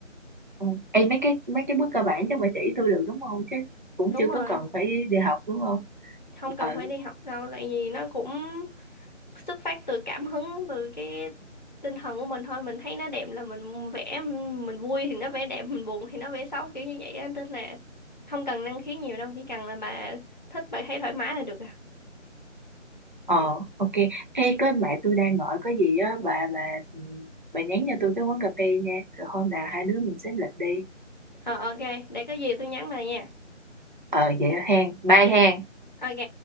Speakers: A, on the right; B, on the left.
A: Ừ. Ê, mấy cái mấy cái bước cơ bản chắc bà chỉ tôi được đúng không chứ cũng
B: đúng
A: chưa
B: rồi
A: có cần phải đi học đúng không
B: không cần
A: ờ
B: phải đi học đâu tại vì nó cũng xuất phát từ cảm hứng từ cái tinh thần của mình thôi mình thấy nó đẹp là mình vẽ mình vui thì nó vẽ đẹp mình buồn thì nó vẽ xấu kiểu như vậy á nên là không cần năng khiếu nhiều đâu chỉ cần là bà thích bà thấy thoải mái là được à
A: ờ ok Ê, có mẹ tôi đang gọi có gì á bà bà ừ, bà nhắn cho tôi cái quán cà phê nha rồi hôm nào hai đứa mình xếp lịch đi
B: ờ ok để có gì tôi nhắn bà nha
A: ờ vậy hen bye
B: ừ
A: hen
B: ok